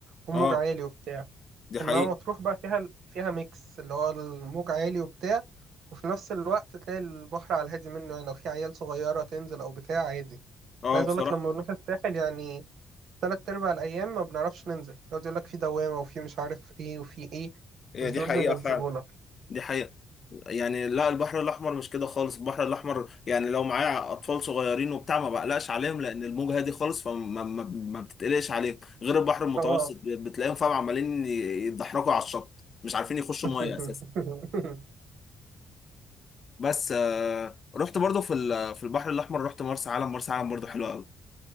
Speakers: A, on the right; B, on the left.
A: وموج
B: اه
A: عالي وبتاع
B: دي حقيقة
A: انما مطروح بقى فيها فيها ميكس اللي هو الموج عالي وبتاع وفي نفس الوقت تلاقي البحر على الهادي منه يعني لو في عيال صغيره تنزل او بتاع عادي أنا
B: اه
A: عايز
B: بصراحة
A: اقول لك لما بنروح الساحل يعني تلات ارباع الايام ما بنعرفش ننزل يقعد يقول لك في دوامه وفي مش عارف ايه وفي ايه
B: هي
A: مش
B: دي
A: برضه
B: حقيقة
A: ينزلونا
B: فعلا دي حقيقة يعني لا البحر الاحمر مش كده خالص البحر الاحمر يعني لو معايا اطفال صغيرين وبتاع ما بقلقش عليهم لان الموجه هادي خالص فما ما, ما بتتقلقش عليهم غير البحر المتوسط
A: اه
B: بتلاقيهم فاهم عمالين يتدحرجوا على الشط مش عارفين يخشوا
A: <laughs>
B: ميه اساسا بس آه، رحت برضو في ال- في البحر الاحمر رحت مرسى علم مرسى علم برضو حلوه قوي